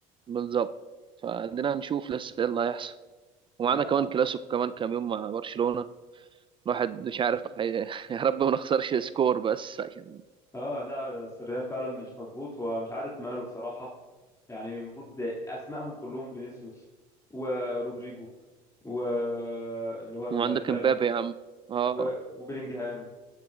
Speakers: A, on the right (about 30°); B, on the left (about 20°).
A: بالظبط فعندنا نشوف لسه ايه اللي هيحصل ومعانا
B: لا
A: كمان كلاسيكو كمان كام يوم مع برشلونة الواحد مش عارف هي- <laughs> يا رب ما نخسرش سكور بس عشان
B: اه لا بس الريال فعلا مش مظبوط ومش عارف ماله بصراحة يعني المفروض اسمائهم كلهم فينيسيوس ورودريجو و اللي هو امبابي
A: وعندك امبابي يا عم اه
B: و- وبيلينجهام